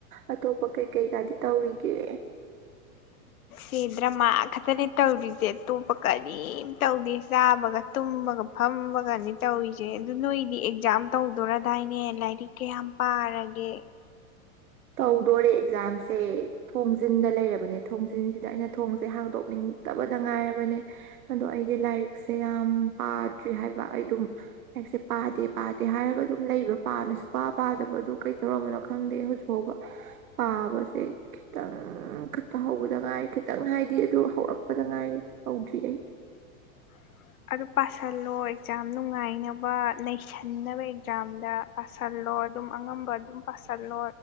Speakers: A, on the right (about 75°); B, on the left (about 70°).
A: ꯑꯇꯣꯞꯄ ꯀꯩ ꯀꯩꯀꯥꯗꯤ ꯇꯧꯔꯤꯒꯦ
B: ꯁꯤ ꯗ꯭ꯔꯃꯥ ꯈꯛꯇꯅꯦ ꯇꯧꯔꯤꯁꯦ ꯑꯇꯣꯞꯄ ꯀꯔꯤꯝ ꯇꯧꯗꯦ ꯆꯥꯕꯒ ꯇꯨꯝꯕꯒ ꯐ ꯇꯃꯒꯅꯤ ꯇꯧꯔꯤꯁꯦ ꯑꯗꯨ ꯅꯣꯏꯗꯤ ꯑꯦꯛꯖꯥꯝ ꯇꯧꯗꯣꯔꯔꯗꯥꯏꯅꯦ ꯂꯥꯏꯔꯤꯛ ꯀꯌꯥꯝ ꯄꯥꯔꯒꯦ <inaudible>
A: ꯇꯧꯗꯣꯔꯦ ꯑꯦꯛꯖꯥꯝꯁ
B: <inaudible>
A: ꯊꯣꯡꯖꯤꯟꯗ ꯂꯩꯔꯕꯅꯦ ꯊꯣꯡꯖꯤꯟꯁꯤꯗ ꯑꯩꯅ ꯊꯣꯡꯁꯦ ꯍꯥꯡꯗꯣꯛꯅꯤꯡꯗꯕꯗ ꯉꯥꯏꯔꯕꯅꯦ ꯑꯗꯣ ꯑꯩ ꯑꯩ ꯂꯥꯏꯔꯤꯛꯁꯦ ꯌꯥꯝ ꯄꯥꯗ꯭ꯔꯤ ꯍꯥꯏꯕ ꯑꯩ ꯑꯗꯨꯝ ꯂꯥꯏꯔꯤꯛꯁꯦ ꯄꯥꯗꯦ ꯄꯥꯗꯦ ꯍꯥꯏꯔꯒ ꯑꯗꯨꯝ ꯂꯩꯕ ꯄꯥꯅꯁꯨ ꯄꯥ ꯄꯥꯗꯕ ꯑꯗꯨ ꯀꯩ ꯇꯧꯔꯝꯕꯅꯣ ꯈꯪꯗꯦ ꯍꯧꯖꯤꯛ ꯍꯕ ꯄꯥꯕꯁꯦ ꯈꯤꯇꯪ ꯈꯠꯇ ꯍꯧꯕꯗ ꯉꯥꯏꯔꯦ ꯈꯤꯇꯪ ꯍꯥꯏꯗꯤ ꯑꯗꯨ ꯍꯧꯔꯛꯄꯗ ꯉꯥꯏꯔꯦ ꯍꯧꯥꯎꯗ꯭ꯔꯤ
B: <inaudible> <inaudible> ꯑꯗꯨ ꯄꯥꯁꯍꯜꯂꯣ ꯑꯦꯛꯖꯥꯝ ꯅꯨꯡꯉꯥꯏꯅꯕ ꯅꯩꯁꯟꯅꯕ ꯑꯦꯛꯖꯥꯝꯗ ꯄꯥꯁꯍꯜꯂꯣ ꯜꯂꯣ ꯑꯗꯨꯝ ꯑꯉꯝꯕ ꯑꯗꯨꯝ ꯄꯥꯁꯤꯜꯂꯣ